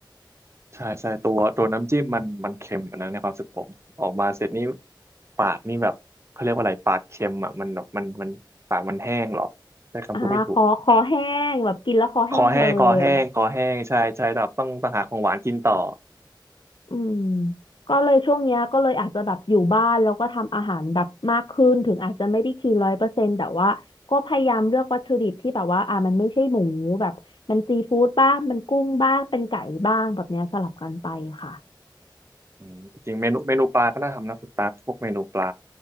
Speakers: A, on the right; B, on the left.
A: ใช่ใช่ตัวตัวน้ำจิ้มมันมันเค็มอยนะในความรู้สึกผมออกมาเสร็จนี่ปากนี่แบบเขาเรียกว่าอะไรปากเค็มอ่ะมันแบบมันมันปากมันแห้งเหรอใช้คำพูดไม่ถูก
B: อ่าคอคอแห้งแบบกินแล้วคอแห้งเลย
A: คอแห้งคอแห้งคอแห้งใช่ใช่แต่ต้องต้องหาของหวานกินต่อ
B: อืมก็เลยช่วงเนี้ยก็เลยอาจจะแบบอยู่บ้านแล้วก็ทำอาหารแบบมากขึ้นถึงอาจจะไม่ได้คีนร้อยเปอร์เซ็นต์แต่ว่าก็พยายามเลือกวัตถุดิบที่แบบว่าอ่ามันไม่ใช่หมูแบบมันซีฟู้ดบ้างมันกุ้งบ้างเป็นไก่บ้างแบบเนี้ยสลับกันไปค่ะ
A: อืมจริงๆเมนูเมนูปลาก็น่าทำนะคุณตั๊กพวกเมนูปลา